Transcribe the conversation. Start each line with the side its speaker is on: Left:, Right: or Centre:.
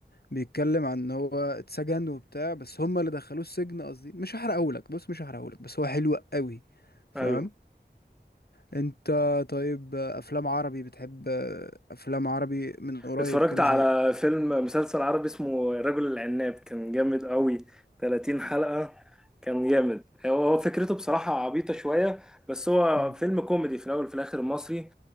Left: بيتكلم عن ان هو اتسجن وبتاع بس هما اللي دخلوه السجن قصدي مش هحرقهولك بص مش هحرقهولك بس هو حلو قوي فاهم
Centre: ايوه
Left: انت طيب آه، افلام عربي بتحب آه، افلام عربي من قريب
Centre: اتفرجت
Left: كده
Centre: على
Left: زي
Centre: فيلم مسلسل عربي اسمه الرجل العناب كان جامد قوي 30 حلقة كان جامد هو هو فكرته بصراحة عبيطة شوية بس هو
Left: مم.
Centre: فيلم كوميدي في الأول وفي الآخر مصري